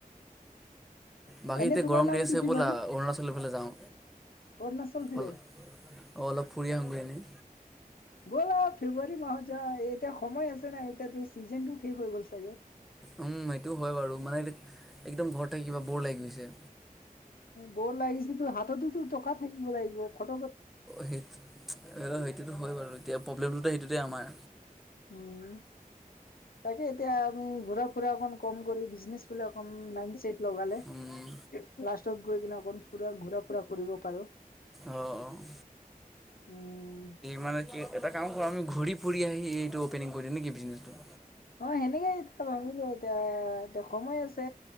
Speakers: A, in the centre; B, on the left.
A: বাকী
B: এনে
A: এতিয়া
B: তোমাৰ
A: গৰম
B: নামটো
A: দি আছে
B: কি
A: ব'লা
B: বাৰু
A: অৰুণাচলৰ ফালে যাওঁ।
B: অৰুণাচল ফালে
A: অল, অ', অলপ ফুৰি আহোগে এনেই।
B: ব'লা ফেব্ৰুৱাৰী মাহত যাওঁ এতিয়া সময় আছে নাই এতিয়াতো চিজনটো শেষ হৈ গ'ল চাগে
A: উম, সেইটো হয় বাৰু মানে এত একদম ঘৰত থাকি কিবা ব'ৰ লাগি গৈছে।
B: ব'ৰ লাগিছে তোৰ হাততেটো টকা থাকিব লাগিব খত
A: সেই সেইটোতো হয় বাৰু, এতিয়া প্ৰব্লেমটোতা সেইটোতে আমাৰ।
B: উম। তাকে এতিয়া আমি ঘূৰা-ফুৰা অকণ কম কৰি বিজনেচ ফালে অকণ লাইনটো চেট লগালে।
A: অঁ
B: লাষ্টত গৈ কিনে অকণ ফুৰা, ঘূৰা-ফুৰা কৰিব পাৰোঁ।
A: অ', অ',
B: উম,
A: মানে কি এটা কাম কৰা আমি ঘূৰি ফুৰি আহি এইটো অপেনিং কৰি দিওঁ নেকি বিজনেছটো?
B: অ', সেনেকেই <unintelligible> এতিয়া এতিয়া সময় আছে।